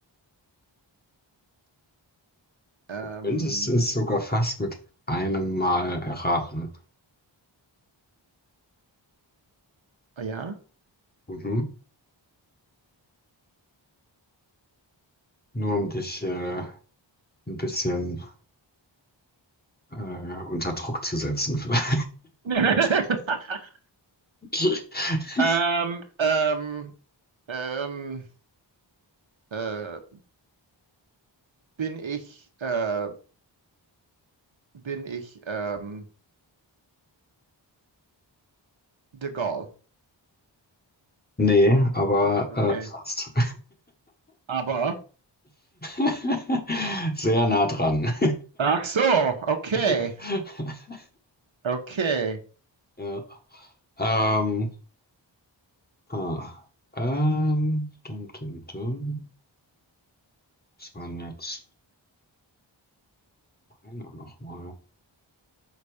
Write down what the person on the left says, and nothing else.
Könntest du es sogar fast mit einem Mal erraten.
Mhm. Nur um dich äh, ein bisschen äh, unter Druck zu setzen, vielleicht.
<laughs>
Nee, aber
äh, fast.
<laughs> Sehr nah dran.
<laughs>
Ja. Ähm, ah. ähm, dum, dum, dum. Was waren jetzt einer nochmal?